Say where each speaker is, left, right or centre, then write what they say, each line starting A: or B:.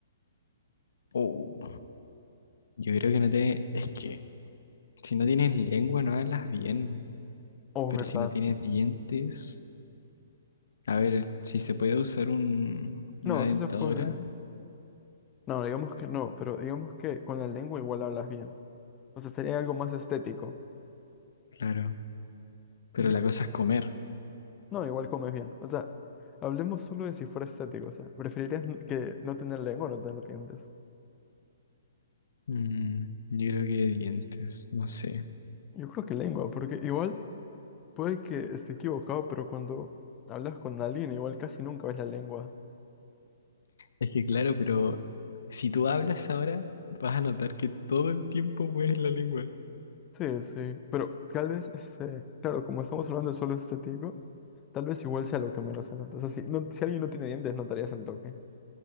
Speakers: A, on the left; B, on the left.
A: Oh, yo creo que no te... Es que si no tienes lengua no hablas bien,
B: Oh,
A: pero
B: ¿verdad?
A: si no tienes dientes... A ver, si se puede usar un, una
B: No,
A: dentadura,
B: sí se puede. No, digamos que no, pero digamos que con la lengua igual hablas bien. O sea, sería algo más estético.
A: claro, pero
B: Yo
A: la
B: creo-
A: cosa es comer.
B: No, igual comes bien. O sea, hablemos solo de si fuera estético. O sea, ¿preferirías n- que no tener lengua o no tener dientes?
A: Mm, yo creo que dientes, no sé.
B: Yo creo que lengua, porque igual puede que esté equivocado, pero cuando hablas con alguien, igual casi nunca ves la lengua.
A: Es que claro, pero si tú hablas ahora, vas a notar que todo el tiempo mueves la lengua.
B: Sí, sí, pero tal vez, este, claro, como estamos hablando de solo estético. Tal vez igual sea lo que menos se nota. O sea, si, no- si alguien no tiene dientes, notarías el toque.